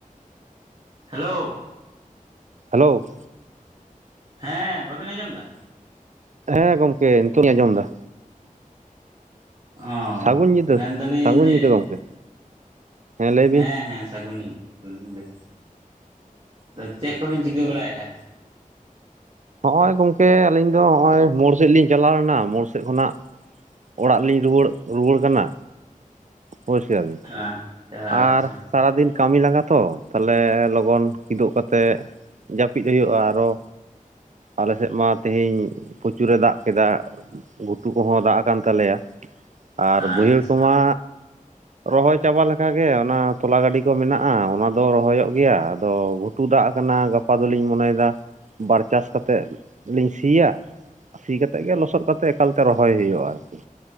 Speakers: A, on the right; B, on the right.
A: ᱦᱮᱞᱳᱣ
B: ᱦᱮᱞᱳ
A: ᱦᱮᱸ ᱵᱟᱵᱤᱱ ᱟᱸᱡᱚᱢ ᱮᱫᱟ
B: ᱦᱮᱸ ᱜᱚᱝᱠᱮ ᱱᱤᱛᱚᱜ ᱞᱤᱧ ᱟᱸᱡᱚᱢ ᱫᱟ
A: ᱚ
B: ᱥᱟᱹᱜᱩᱱ ᱧᱤᱫᱟᱹ
A: ᱢᱮᱱᱫᱟᱞᱤᱧ
B: ᱥᱟᱹᱜᱩᱱ ᱧᱤᱫᱟᱹ ᱜᱚᱢᱠᱮ ᱞᱟᱹᱭ
A: ᱦᱮᱸ
B: ᱵᱤᱱ
A: ᱦᱮᱸ ᱥᱟᱹᱜᱩᱱ ᱥᱟᱹᱜᱩᱱ <unintelligible> ᱪᱮᱫ ᱠᱚᱵᱤᱱ ᱪᱤᱠᱟᱹ ᱵᱟᱲᱟᱭᱮᱫᱼᱟ
B: ᱦᱚᱜᱼᱚᱭ ᱜᱚᱝᱠᱮ ᱟᱹᱞᱤᱧ ᱫᱚ ᱦᱚᱜᱼᱚᱭ ᱢᱳᱲ ᱥᱮᱫ ᱞᱤᱧ ᱪᱟᱞᱟᱣ ᱞᱮᱱᱟ ᱢᱳᱲ ᱥᱮᱫ ᱠᱷᱚᱱᱟᱜ ᱚᱲᱟᱜ ᱞᱤᱧ ᱨᱩᱣᱟᱹᱲ ᱨᱩᱣᱟᱹᱲ ᱠᱟᱱᱟ ᱵᱩᱪ ᱠᱮᱜᱟ ᱵᱤᱱ
A: ᱟᱪᱪᱷᱟ ᱟᱪᱪᱷᱟ
B: ᱟᱨ ᱥᱟᱨᱟ ᱫᱤᱱ ᱠᱟᱹᱢᱤ ᱞᱟᱸᱜᱟ ᱛᱚ ᱛᱟᱦᱞᱮ ᱞᱚᱜᱚᱱ ᱠᱤᱫᱩᱵ ᱠᱟᱛᱮ ᱡᱟᱹᱯᱤᱫ ᱦᱩᱭᱩᱜᱼᱟ ᱟᱨᱚ ᱟᱞ ᱥᱮᱫ ᱢᱟ ᱛᱮᱦᱤᱧ ᱯᱚᱪᱩᱨᱮ ᱫᱟᱜ ᱠᱮᱫᱟ ᱜᱷᱩᱴ ᱠᱚᱦᱚᱸ ᱫᱟᱜ ᱟᱠᱟᱱ ᱛᱟᱞᱮᱭᱟ <inaudible> ᱟᱨ
A: ᱟᱪᱪᱷᱟ
B: ᱵᱟᱹᱭᱦᱟᱹᱲ ᱠᱚᱢᱟ ᱨᱚᱦᱚᱭ ᱪᱟᱵᱟ ᱞᱮᱠᱟᱜᱮ ᱚᱱᱟ ᱛᱚᱞᱟ ᱜᱟᱹᱰᱤ ᱠᱚ ᱢᱮᱱᱟᱜᱼᱟ ᱚᱱᱟ ᱫᱚ ᱨᱚᱦᱚᱭᱚᱜ ᱜᱮᱭᱟ ᱟᱫᱚ ᱴᱩ ᱫᱟᱜ ᱟᱠᱟᱱᱟ ᱜᱟᱯᱟ ᱫᱚᱞᱤᱧ ᱢᱚᱱᱮᱭᱮᱫᱟ <inaudible> ᱵᱟᱨ ᱪᱟᱥ ᱠᱟᱛᱮᱫ <inaudible> ᱞᱤᱧ ᱥᱤᱭᱟ <inaudible> ᱥᱤ ᱠᱟᱛᱮᱫ ᱜᱮ ᱞᱚᱥᱚᱫ ᱠᱟᱛᱮ ᱮᱠᱟᱞᱛᱮ ᱨᱚᱦᱚᱭ ᱦᱩᱭᱩᱜᱼᱟ ᱟᱨᱠᱤ